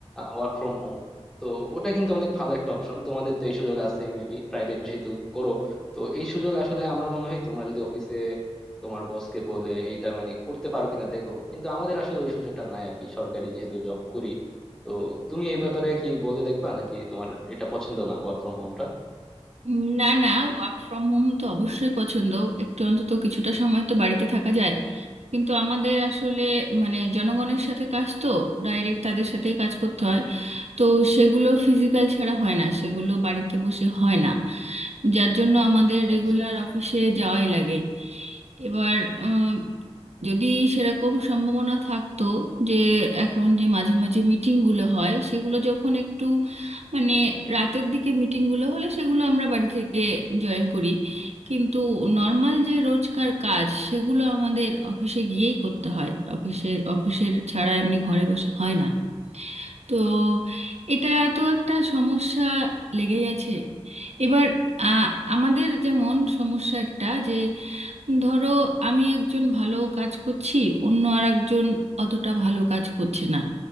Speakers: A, in the centre; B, on the right (about 75°).
A: ওয়ার্ক ফ্রম হোম তো ওটা কিন্তু অনেক ভালো একটা অপশন তোমাদের তো এই সুযোগ আছে মেবি প্রাইভেট যেহেতু করো তো এই সুযোগ আসলে আমার মনে হয় তোমরা যদি অফিসে তোমার বসকে বলে এইটা মানে করতে পারো কিনা দেখো কিন্তু আমাদের আসলে ওই সুযোগটা নাই আর কি সরকারি যেহেতু জব করি তো তুমি এই ব্যাপারে কি বলে দেখবা নাকি তোমার এটা পছন্দ না ওয়ার্ক ফ্রম হোমটা
B: উম, না না ওয়ার্ক ফ্রম হোম তো অবশ্যই পছন্দ একটু অন্তত কিছুটা সময় তো বাড়িতে থাকা যায় কিন্তু আমাদের আসলে মানে জনগণের সাথে কাজ তো ডাইরেক্ট তাদের সাথেই কাজ করতে হয় তো সেগুলো ফিজিক্যাল ছাড়া হয় না সেগুলো বাড়িতে বসে হয় না যার জন্য আমাদের রেগুলার
A: আচ্ছা আচ্ছা।
B: অফিসে যাওয়াই লাগে এবার উম, যদি সেরকম সম্ভাবনা থাকতো যে এখন যে মাঝে মাঝে মিটিংগুলো হয় সেগুলো যখন একটু মানে রাতের দিকে মিটিংগুলো হলে সেগুলো আমরা বাড়ি থেকে জয়েন করি কিন্তু নর্মাল যে রোজকার কাজ সেগুলো আমাদের অফিসে গিয়েই করতে হয় অফিসে অফিসের ছাড়া এমনি ঘরে বসে হয় না তো এটা তো একটা সমস্যা লেগেই আছে এবার আ, আমাদের যেমন সমস্যা একটা যে ধরো আমি একজন ভালো কাজ করছি অন্য আর একজন অতটা ভালো কাজ করছে না